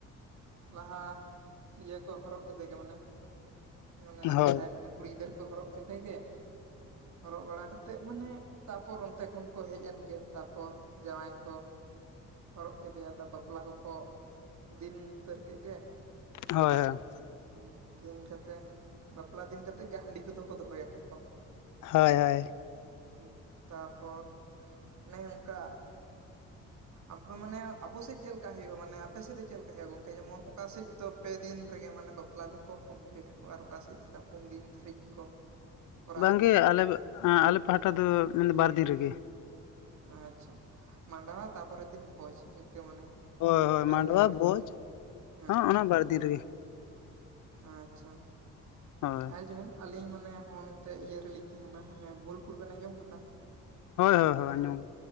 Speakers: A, on the right; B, on the left.
A: ᱞᱟᱦᱟ ᱤᱭᱟᱹ ᱠᱚ ᱦᱚᱨᱚᱜ ᱠᱮᱫᱮ ᱜᱮ ᱢᱟᱱᱮ ᱢᱟᱱᱮ
B: ᱦᱳᱭ
A: ᱡᱟᱦᱟᱸᱭ ᱢᱟᱱᱮ ᱠᱩᱲᱤ ᱜᱤᱫᱟᱹᱨ ᱠᱚ ᱦᱚᱨᱚᱜ ᱠᱮᱫᱮ ᱜᱮ᱾ ᱦᱚᱨᱚᱜ ᱵᱟᱲᱟ ᱠᱟᱛᱮᱜ ᱢᱟᱱᱮ, ᱛᱟᱯᱚᱨ ᱚᱱᱛᱮ ᱠᱷᱚᱱ ᱠᱚ ᱦᱮᱡ ᱮᱱ ᱜᱮ ᱛᱟᱯᱚᱨ ᱡᱟᱶᱟᱭ ᱠᱚ᱾ ᱦᱚᱨᱚᱜ ᱠᱮᱫᱮᱭᱟ ᱟᱫᱚ ᱵᱟᱯᱞᱟ ᱠᱚᱠᱚᱫᱤᱱ ᱩᱛᱟᱹᱨ ᱠᱮᱜ ᱜᱮ᱾
B: ᱦᱳᱭ ᱦᱳᱭ᱾
A: ᱦᱩᱸ ᱫᱤᱱ ᱠᱟᱛᱮᱜ ᱵᱟᱯᱞᱟ ᱫᱤᱱ ᱠᱟᱛᱮᱜ ᱜᱮ ᱦᱟᱺᱰᱤ ᱠᱚᱫᱚ ᱠᱚ ᱫᱚᱦᱚᱭᱟ ᱠᱚ ᱛᱚ᱾
B: ᱦᱳᱭ ᱦᱳᱭ᱾
A: ᱦᱩᱸ ᱛᱟᱯᱚᱨ ᱚᱱᱮ ᱚᱱ ᱠᱟ᱾ ᱟᱯᱮ ᱢᱟᱱᱮ ᱟᱵᱚ ᱥᱮᱡ ᱞᱮᱠᱟ ᱦᱩᱭᱩᱜᱼᱟ ᱢᱟᱱᱮ ᱟᱯᱮ ᱥᱮᱡ ᱫᱚ ᱪᱮᱫ ᱞᱮᱠᱟ ᱦᱩᱭᱩᱜᱼᱟ ᱜᱚᱝᱠᱮ ᱡᱮᱢᱚᱱ ᱚᱠᱟ ᱥᱮᱡ ᱫᱚ ᱯᱮ ᱫᱤᱱ ᱨᱮᱜᱮ ᱢᱟᱱᱮ ᱵᱟ ᱵᱟᱯᱞᱟ ᱫᱚᱠᱚ ᱠᱚᱢᱯᱤᱞᱤᱴ ᱟᱠᱚ ᱟᱨ ᱚᱠᱟ ᱥᱮᱫ ᱫᱚ ᱦᱟᱱᱮ ᱯᱩᱱ ᱫᱤᱱ ᱫᱷᱟᱹᱨᱤᱡ ᱠᱚ ᱠᱚᱨᱟᱣ
B: ᱵᱟᱝᱜᱮ
A: ᱜᱮᱭᱟ
B: ᱟᱞᱮ ᱟᱞᱮ ᱯᱟᱦᱴᱟ ᱫᱚ ᱢᱮᱱᱮ ᱵᱟᱨᱫᱤᱱ ᱨᱮᱜᱮ᱾
A: ᱟᱪᱪᱷᱟ ᱢᱟᱸᱰᱣᱟ ᱛᱟᱯᱚᱨᱮ ᱫᱤᱱ ᱵᱷᱳᱡᱽ ᱤᱱᱠᱟᱹ ᱢᱟᱱᱮ᱾
B: ᱦᱳᱭ
A: ᱦᱮᱸ
B: ᱦᱳᱭ
A: ᱵᱟᱨ
B: ᱢᱟᱰᱚᱣᱟ
A: ᱫᱤᱱ ᱜᱮ
B: ᱵᱷᱳᱡᱽ,
A: ᱦᱮᱸ
B: ᱚᱱᱟ ᱵᱟᱨ ᱫᱤᱱ ᱨᱮᱜᱮ
A: ᱟᱪᱪᱷᱟ᱾
B: ᱦᱳᱭ
A: ᱟᱨ ᱡᱮᱢᱚᱱ ᱟᱹᱞᱤᱧ ᱢᱟᱱᱮ ᱦᱚᱸ ᱱᱚᱱᱛᱮ ᱤᱭᱟᱹ ᱨᱮᱞᱤᱧ ᱛᱟᱦᱮᱱᱟ ᱦᱟᱱᱮ ᱵᱳᱞᱯᱩᱨ ᱵᱮᱱ ᱟᱸᱡᱚᱢ ᱟᱠᱟᱫᱟ?
B: ᱦᱳᱭ ᱦᱳᱭ ᱟᱸᱡᱚᱢ